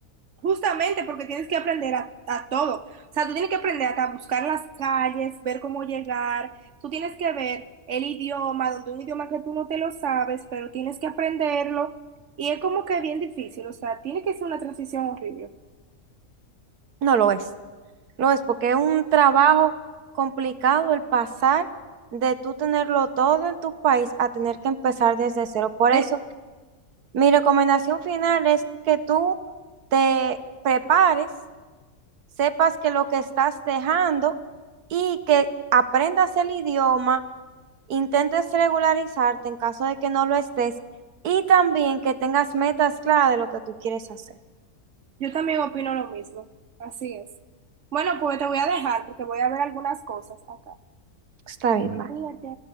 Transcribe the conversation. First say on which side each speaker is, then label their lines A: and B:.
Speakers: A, on the right; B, on the right.
A: Justamente porque tienes que aprender a, a todo. O sea, tú tienes que aprender hasta a buscar las calles, ver cómo llegar, tú tienes que ver el idioma, donde un idioma que tú no te lo sabes, pero tienes que aprenderlo. Y es como que bien difícil, o sea, tiene que ser una transición horrible.
B: No lo es. Lo es porque es un trabajo complicado el pasar de tú tenerlo todo en tu país a tener que empezar desde cero. Por
A: Es-
B: eso Mi recomendación final es que tú te prepares, sepas que lo que estás dejando y que aprendas el idioma, intentes regularizarte en caso de que no lo estés y también que tengas metas claras de lo que tú quieres hacer.
A: Yo también opino lo mismo, así es. Bueno, pues te voy a dejar porque voy a ver algunas cosas acá.
B: Está bien, bye.
A: Cuídate.